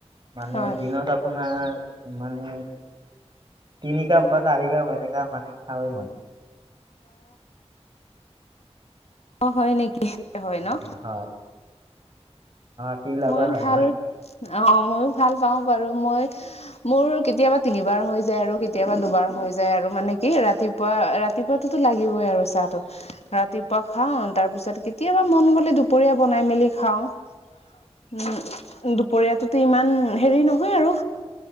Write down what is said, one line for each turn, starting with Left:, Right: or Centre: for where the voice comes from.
Right: মানে
Left: হয়।
Right: দিনত আপোনাৰ মানে তিনিকাপ বা চাৰিকাপ এনেকা। মানে খাৱেই মই।
Left: অ', হয় নেকি? হয়
Right: উম
Left: নহ।
Right: হয় অ টি লাভাৰ
Left: ময়ো
Right: হয়
Left: ভাল,
Right: মই
Left: অহ ময়ো ভাল পাও বাৰু মই। মোৰ কেতিয়াবা তিনিবাৰ হৈ যায় আৰু, কেতিয়াবা দুবাৰ হৈ যায় আৰু মানে। কি ৰাতিপুৱা ৰাতিপুৱাতো লাগিবই আৰু চাহটো ৰাতিপুৱা খাও তাৰপিছত কেতিয়া ক মন গ'লে দুপৰীয়া বনাই মেলি খাও উম দুপৰীয়াটোতো ইমান হেৰি নহয় আৰু